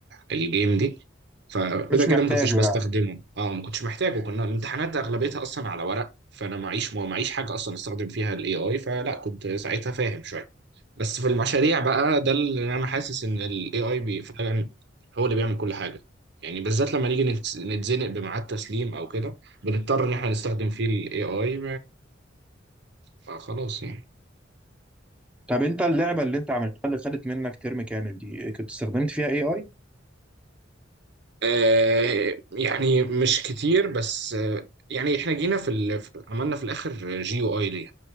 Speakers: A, on the right; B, in the centre.
A: الجيم دي فكده
B: مش
A: كده
B: محتاجه
A: ما كنتش بستخدمه
B: يعني
A: اه ما كنتش محتاجه كنا الامتحانات اغلبيتها اصلا على ورق فانا معيش معيش حاجه اصلا استخدم فيها الاي اي فلا كنت ساعتها فاهم شويه بس في المشاريع بقى ده اللي انا حاسس ان الاي اي بي فعلا هو اللي بيعمل كل حاجه يعني بالذات لما نيجي نتس- نتزنق بميعاد تسليم او كده بنضطر ان احنا نستخدم فيه الاي اي فخلاص يعني
B: طب أنت اللعبة اللي أنت عملتها اللي خدت منك ترم كامل دي كنت استخدمت فيها اي اي؟
A: آه يعني مش كتير بس آه يعني احنا جينا في ال... عملنا في الاخر جي او اي